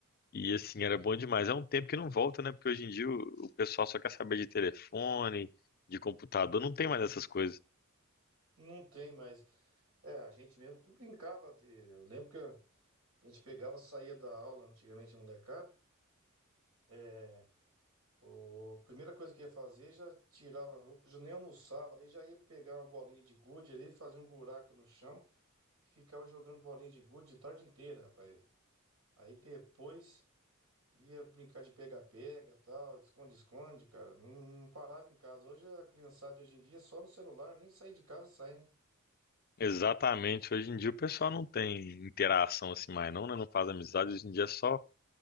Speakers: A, on the left; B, on the right.
A: E assim, era bom demais. É um tempo que não volta, né? Porque hoje em dia o, o pessoal só quer saber de telefone, de computador, não tem mais essas coisas.
B: não tem mais. É, a gente mesmo brincava. de- Eu lembro que. A gente pegava, saía da aula, antigamente molecada. É, o, a primeira coisa que ia fazer, já tirava a roupa, já nem almoçava ali, já ia pegar uma bolinha de gude ali, fazia um buraco no chão e ficava jogando bolinha de gude a tarde inteira, rapaz. Aí depois ia brincar de pega-pega, tal, de esconde-esconde, cara. Não, não parava em casa. Hoje a criançada de hoje em dia é só no celular, nem sair de casa sai, né?
A: Exatamente, hoje em dia o pessoal não tem interação assim mais, não, né? Não faz amizade, hoje em dia é só